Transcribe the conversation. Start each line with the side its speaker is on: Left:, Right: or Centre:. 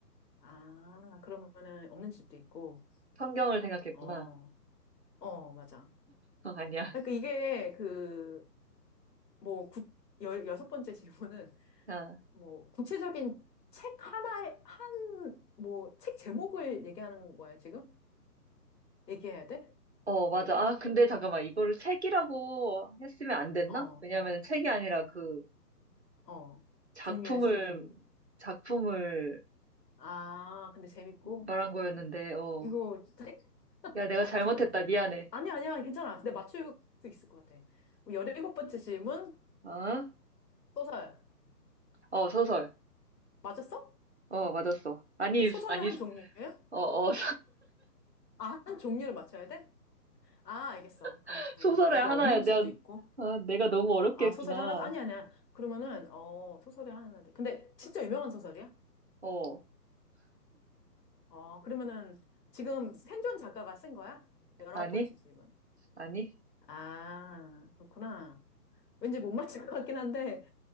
Left: 아, 그러면은 없는 집도 있고,
Right: 성경을 생각했구나.
Left: 어, 어, 맞아. 아,
Right: 어, 아니야.
Left: 그러니까 이게 그, 뭐, 구, 열, 여섯 번째 질문은,
Right: 아,
Left: 뭐, 구체적인 책 하나에, 한, 뭐, 책 제목을 얘기하는 거야, 지금? 얘기해야 돼?
Right: 어, 맞아.
Left: 내가?
Right: 아, 근데 잠깐만. 이거를 책이라고 했으면 안 됐나?
Left: 어,
Right: 왜냐면 책이 아니라 그
Left: 어.
Right: 작품을,
Left: 종류야, 책의 종류.
Right: 작품을
Left: 아, 근데 재밌고,
Right: 말한 거였는데, 어.
Left: 이거, 책? <laughs>
Right: 야, 내가
Left: 아,
Right: 잘못했다.
Left: 괜찮아, 괜찮아.
Right: 미안해.
Left: 아니야, 아니야, 괜찮아. 근데 맞출 수 있을 것 같아. 그럼 곱번째 질문,
Right: 어?
Left: 소설.
Right: 어, 소설.
Left: 맞았어?
Right: 어, 맞았어. 아니,
Left: 근데 소설의
Right: 아니,
Left: 한 종류예요?
Right: 어, 어,
Left: 아, 한 종류를 맞춰야 돼? 아, 알겠어. 그러면은
Right: <laughs> 소설의
Left: 이게
Right: 하나야.
Left: 없는
Right: 내가,
Left: 집도 있고.
Right: 아, 내가 너무 어렵게
Left: 아,
Right: 했구나.
Left: 소설이 하나, 아니, 아니야. 그러면은, 어, 소설이 하나, 돼. 근데 진짜 유명한 소설이야?
Right: 어,
Left: 어, 그러면은 지금 생존 작가가 쓴 거야? 열아홉
Right: 아니,
Left: 번째 질문.
Right: 아니.
Left: 아, 그렇구나. 왠지 못 맞힐 것 같긴 한데,